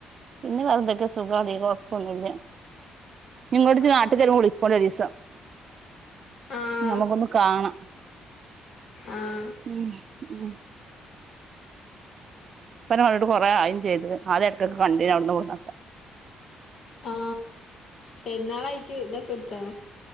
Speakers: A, on the right; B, on the left.
A: പിന്നെ വെറ എന്തൊക്കെ സുഖ അധിക കുഴപ്പൊന്നില്ല നിങ്ങോട്ട്
B: ആഹ്
A: നാട്ട് വരുപം വിളിക്കണ്ടി ഒരു ദിവസം.
B: ആഹ്
A: നമുക്കൊന്ന് കാണാം.
B: ആഹ്
A: ഉം ഉം പിന്നെ ഇപ്പ കണ്ടിട് കുറെ ആയിം ചെയ്ത് ആദൃം എടക്ഒക്കൊ കണ്ടിന് അവിടുന്നും ഇവടുനും ഒകൊ.
B: ആ പോരുനള് അയിട്ട് ഇതൊക്കെ എടുത്തോ.